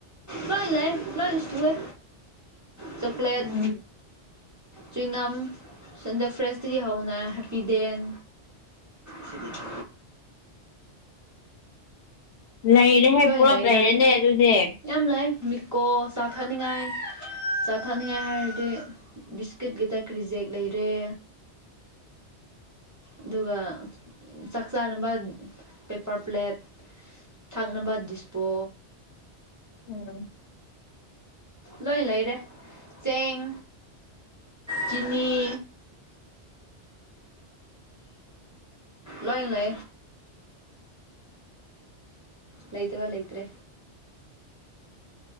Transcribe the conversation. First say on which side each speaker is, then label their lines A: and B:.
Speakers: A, on the right; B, on the left.
A: ꯂꯣꯏ ꯂꯩ ꯂꯣꯏ ꯁꯋꯦ ꯆꯣꯀ꯭ꯂꯦꯠ
B: ꯎꯝ
A: ꯆꯤꯉꯝ ꯁꯟꯗ ꯐ꯭ꯔꯦꯁꯇꯗꯒꯤ ꯍꯧꯅ ꯍꯦꯄꯤ ꯗꯦꯟ ꯁꯤꯕꯤꯗ
B: ꯂꯩꯔꯦꯍꯦ
A: ꯂꯣꯏ
B: ꯄꯨꯂꯞ
A: ꯂꯩꯗ
B: ꯂꯩꯔꯅꯦ ꯑꯗꯨꯗꯤ
A: ꯌꯥꯝ ꯂꯩ ꯃꯤꯀꯣ ꯆ ꯆꯥꯎꯊꯛꯅꯤꯡꯉꯥꯏ ꯆꯥꯊꯛꯅꯤꯡꯉꯥꯏ ꯍꯥꯏꯔꯗꯤ ꯕꯤꯁꯀꯤꯠ ꯇ ꯀ ꯔꯤꯖꯦꯛ ꯂꯩꯔꯦ ꯑꯗꯨꯒ ꯆꯥꯛ ꯆꯥꯅꯕ ꯄꯦꯄꯔ ꯄ꯭ꯂꯦꯠ ꯊꯥꯛꯅꯕ ꯗꯤꯁꯄꯣ
B: ꯎꯝ
A: ꯂꯣꯏ ꯂꯩꯔꯦ ꯆꯦꯡ ꯆꯤꯅꯤ ꯂꯣꯏ ꯂ ꯂꯩꯇꯕ ꯂꯩꯇ꯭ꯔꯦ